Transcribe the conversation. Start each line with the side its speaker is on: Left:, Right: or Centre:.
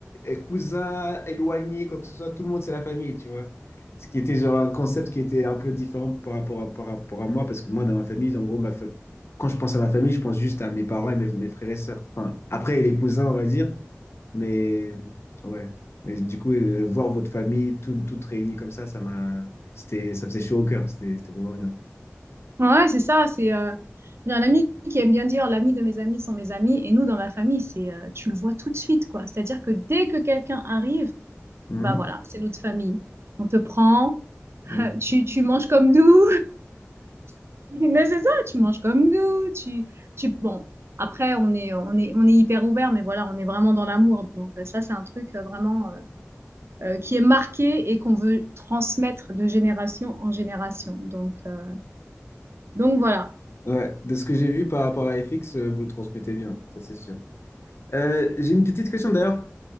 Left: euh, cousin, éloigné, quoi que ce soit, tout le monde c'est la famille, tu vois. Ce qui était genre un concept qui était un peu différent par rapport à, par rapport à moi, parce que moi, dans ma famille, en gros, ma fa- quand je pense à ma famille, je pense juste à mes parents et mes, mes frères et sœurs. Enfin, après, les cousins, on va dire, mais ouais. Mais du coup, euh, voir votre famille tout- toutes réunies comme ça, ça m'a, c'était, ça faisait chaud au cœur, c'était c'était vraiment bien.
Right: ouais, c'est ça. C'est euh, j'ai un ami qui aime bien dire l'ami de mes amis sont mes amis. Et nous, dans la famille, c'est euh, tu le vois tout de suite, quoi. C'est-à-dire que dès que quelqu'un arrive,
Left: Mhm.
Right: bah voilà, c'est notre famille. On te prend, <laughs>
Left: Mhm.
Right: tu, tu manges comme nous. <laughs> Mais c'est ça, tu manges comme nous, tu, tu, bon, après, on est, on est, on est hyper ouvert, mais voilà, on est vraiment dans l'amour. Donc, euh, ça, c'est un truc euh, vraiment euh, euh, qui est marqué et qu'on veut transmettre de génération en génération. Donc, euh, donc voilà.
Left: Ouais, de ce que j'ai vu par rapport à FX, euh, vous le transmettez bien, ça c'est sûr. Euh, j'ai une petite question d'ailleurs.